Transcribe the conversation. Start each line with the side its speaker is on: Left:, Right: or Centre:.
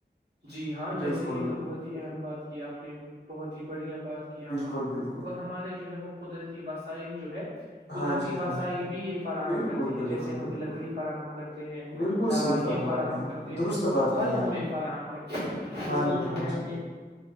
Right: جی ہاں
Left: بالکل
Right: جیسے یہ
Left: بالکل
Right: تو بہت ہی اہم بات کی آپ نے بہت ہی بڑھیا بات کی
Left: بالکل
Right: آپ نے
Left: بالکل
Right: اور ہمارے جو ہے وہ قدرتی وسائل جو ہے قدرتی
Left: ہاں جی ہاں
Right: وسائل
Left: جی
Right: بھی یہ فراہم
Left: بالکل
Right: کرتے ہیں
Left: بالکل
Right: جیسے ہمیں
Left: بالکل
Right: لکڑی فراہم کرتے ہیں
Left: بالکل
Right: دوائیں
Left: صحیح فرما
Right: فراہم
Left: رہے ہیں آپ
Right: کرتے
Left: درست
Right: ہیں
Left: بات
Right: پھل
Left: کہی
Right: ہمیں
Left: آپ نے
Right: فراہم کرتے ہیں
Left: ہاں
Right: اور
Left: جی
Right: جو
Left: ہاں
Right: ہے ہمیں
Left: جی